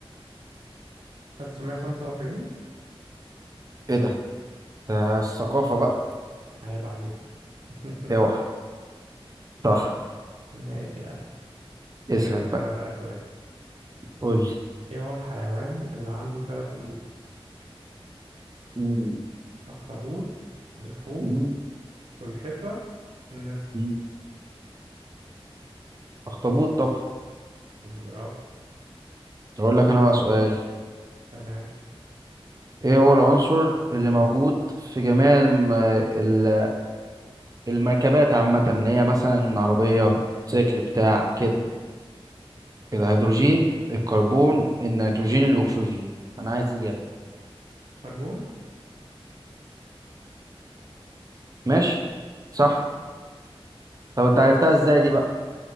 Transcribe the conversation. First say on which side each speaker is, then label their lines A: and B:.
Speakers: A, on the right; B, on the right.
A: 1945
B: إيه ده؟ ده الثقافة بقى
A: عيب عليك <laughs>
B: أوعى صح
A: ماشي يا عم
B: اسهل
A: هجيب لك
B: بقى
A: أنا بقى سؤال
B: قول لي
A: إيه هو الحيوان اللي عنده ثلاث قلوب؟
B: مم.
A: أخطبوط الحوت
B: مم.
A: السلحفة النسر
B: مم. أخطبوط طبعا
A: برافو
B: أقول لك أنا بقى سؤال
A: تمام
B: ايه هو العنصر اللي موجود في جميع الم... ال- المركبات عامة اللي هي مثلا عربية سيكل بتاع كده الهيدروجين الكربون النيتروجين الأكسجين أنا عايز إجابة
A: كربون
B: ماشي صح طب أنت عرفتها إزاي دي بقى